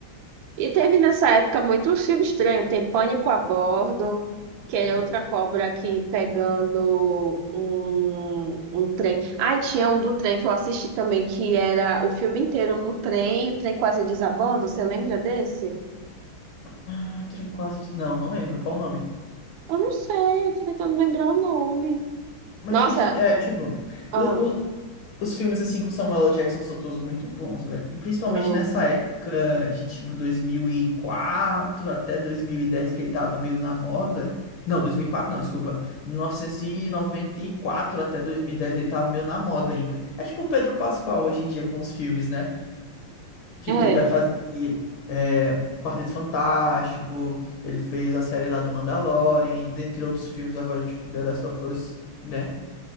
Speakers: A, on the right; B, on the left.
A: E teve nessa época muito filme estranho. Tem Pânico a Bordo, que é
B: Uhum.
A: outra cobra aqui pegando um, um trem. Ai, tinha um do trem que eu assisti também, que era o filme inteiro no trem, o trem quase desabando. Você lembra desse?
B: Ah, trem quase. Não, não lembro qual o nome.
A: Eu não sei, eu tô tentando lembrar o nome.
B: Mas
A: Nossa,
B: enfim, é tipo.
A: ah,
B: O, Os filmes, assim, com Samuel L. Jackson são todos muito bons, velho. E principalmente
A: não.
B: nessa época de, tipo, 2004 até 2010, que ele tava meio na moda. Não, 2004 não, desculpa. 1994 até 2010 ele tava meio na moda ainda. É tipo o Pedro Pascal hoje em dia com os filmes, né? Tipo,
A: É.
B: que ele vai fazer é, Quarteto Fantástico, ele fez a série lá do Mandalorian, e dentre outros filmes agora, tipo, The Last of Us, né?